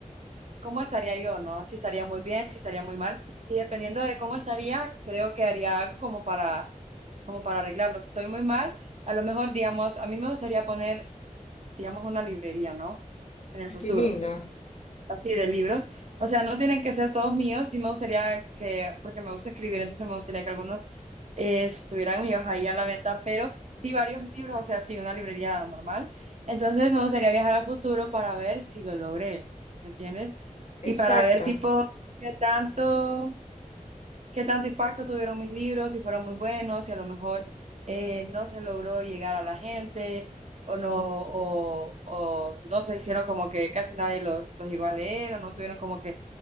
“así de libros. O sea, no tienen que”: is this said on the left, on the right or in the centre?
Right